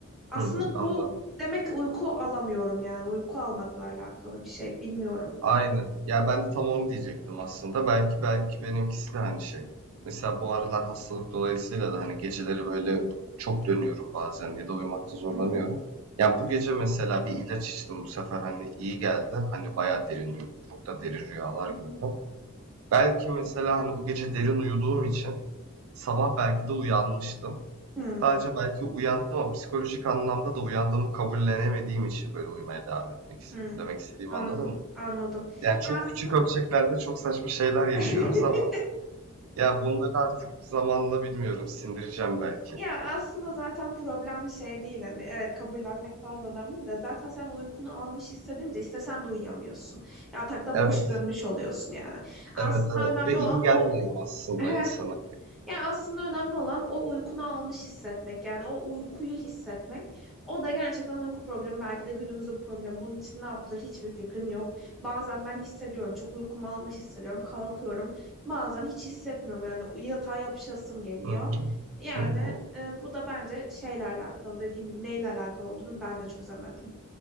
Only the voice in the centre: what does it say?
Aslında
bu demek ki uyku alamıyorum yani uyku almakla alakalı bir şey bilmiyorum.
Hı hı.
Hı
hı.
Hı,
hı.
Anladım,
anladım.
Ya aslında
<laughs>
Ya aslında zaten problem şey değil hani evet kabullenmek falan da önemli de zaten sen uykunu almış hissedince istesen de uyuyamıyorsun. Yatakta
boş dönmüş oluyorsun yani. Aslında
önemli Evet
olan
o
<laughs>
Ya aslında önemli olan o uykunu almış hissetmek. Yani o uykuyu hissetmek. O da gerçekten uyku problemi belki de günümüzün problemi. Bunun için ne yapılır hiçbir fikrim yok. Bazen ben hissediyorum. Çok uykumu almış hissediyorum. Kalkıyorum. Bazen hiç hissetmiyorum. Yani yatağa yapışasım geliyor.
Yani
e, bu da bence şeyle alakalı. Dediğim gibi neyle alakalı olduğunu ben de çözemedim.